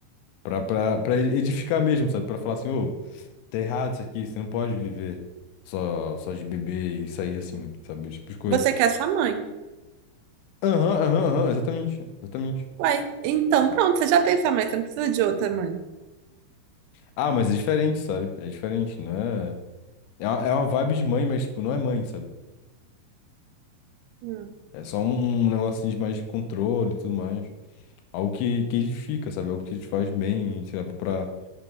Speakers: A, on the left (about 85°); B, on the right (about 85°).
A: pra, pra, pra edificar mesmo, sabe? Pra falar assim, ô, tá errado isso aqui, você não pode viver só, só de beber e sair assim, sabe? Esse tipo de coisa.
B: Você quer sua mãe.
A: Aham, aham, aham, exatamente, exatamente.
B: Uai, então pronto, você já tem sua mãe, você não precisa de outra mãe.
A: Ah, mas é diferente, sabe? É diferente, não é... É uma, é uma vibe de mãe, mas, tipo, não é mãe, sabe?
B: Hum,
A: É só um negócio assim, de mais controle e tudo mais. Algo que, que edifica, sabe? Algo que te faz bem, sei lá, pra,